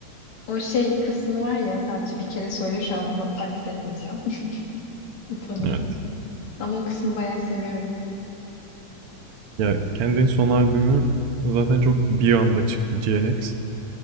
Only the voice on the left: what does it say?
O şey kısmı var ya sadece bir kere söylüyor şu an bunu taklit etmeyeceğim. <laughs> Utanırım.
Ama o kısmı bayağı seviyorum.